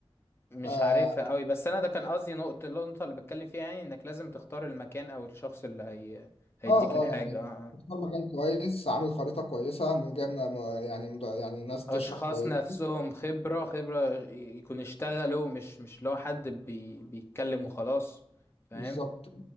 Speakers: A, on the left; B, on the left.
A: مش
B: اه
A: عارفها أوي بس أنا ده كان قصدي نقطة النقطة اللي بتكلم فيها يعني إنك لازم تختار المكان أو الشخص اللي هي هيديك
B: اه
A: الحاجة
B: آه، يعني
A: اه آه.
B: اختار مكان كويس عامل خريطة كويسة من جبنا م- يعني مد- يعني ناس تشرح
A: اشخاص
B: كويس
A: نفسهم خبرة خبرة يكون اشتغلوا مش مش لو حد بي بيتكلم وخلاص فاهم
B: بالظبط